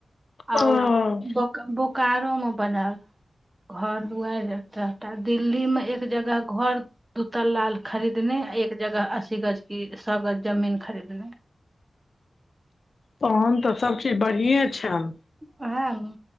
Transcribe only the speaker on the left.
तहन
तहन तऽ सब चीज बढ़िए छनि